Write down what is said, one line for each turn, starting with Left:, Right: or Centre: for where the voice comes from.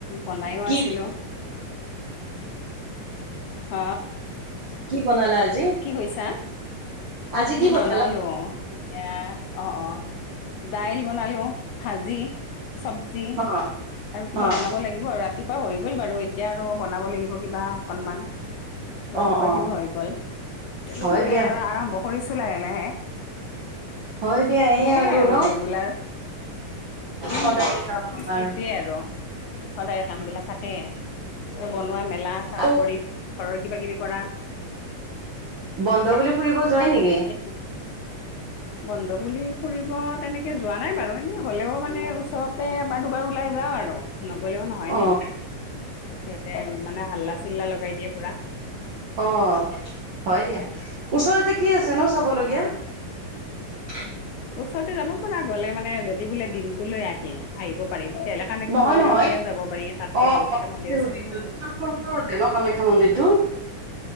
Left: বনাইও
Right: কি
Left: আছিলোঁ। হ।
Right: কি বনালা আজি?
Left: কি কৈছা, অ
Right: আজি
Left: কি
Right: বনালা?
Left: বনালো অ। এতিয়া অ', অ', দাইল বনালো ভাজি চবজ জি
Right: অ',
Left: আৰু কিবা
Right: অ',
Left: বনাব লাগিব আৰু ৰাতি খোৱা হৈ গ'ল বাৰু এতিয়া আৰু বনাব লাগিব কিবা অকনমান। ৰাতিপুৱাৰ
Right: অ', অ',
Left: খিনি হৈ গ'ল এ
Right: হয়
Left: দুপৰীয়াৰ
Right: দিয়া।
Left: আৰু আৰাম কৰিছোঁ লাহে -লাহে
Right: হয় দিয়া এই
Left: সেয়ে আৰু
Right: ন
Left: ৰেগুলাৰ। উম,
Right: সদায় কাম আমাৰ।
Left: সেইটোৱে আৰু সদায় কাম বিলাক থাকে। এ বনোৱা মেলা তাৰওপৰি
Right: আৰু
Left: ঘৰৰ কিবা- কিবি কৰা।
Right: বন্ধ বুলি ফুৰিব যোৱাই নেকি?
Left: <unintelligible> বন্ধ বুলি ফুৰিব তেনেকে যোৱা নাই বাৰু এনে হ'লেও মানে ওচৰতে এবাৰ দুবাৰ ওলাই যাওঁ আৰু। নগলেওঁ নহয়
Right: অ',
Left: নে ইহঁতে মানে হাল্লা -চিল্লা লগাই দিয়ে পুৰা।
Right: অ', হয় দিয়া ওচৰতে কি আছেনো চাবলগীয়া?
Left: অ
Right: <inaudible>
Left: ওচৰতে যাব পৰা গ'লে মানে যদি বোলে দিনটো লৈ আহে আহিব পাৰি তেতিয়াহ'লে! কামাখ্যা
Right: নহয়
Left: মন্দিৰৰ
Right: নহয়
Left: পিনেও যাব পাৰি তাততো
Right: অ',
Left: বহুত
Right: অ',
Left: কেইটা মন্দিৰ
Right: সুধিছো
Left: আছে এনে আৰু!
Right: <unintelligible> ন কামাখ্যা মন্দিৰটো!